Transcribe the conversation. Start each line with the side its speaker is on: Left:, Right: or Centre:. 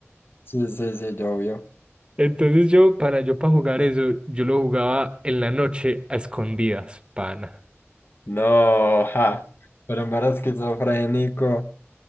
Left: Sí, sí, sí, yo obvio.
Right: Entonces yo, pana, yo para jugar eso, yo lo jugaba en la noche a escondidas, pana.
Left: No, ja, pero me era esquizofrénico.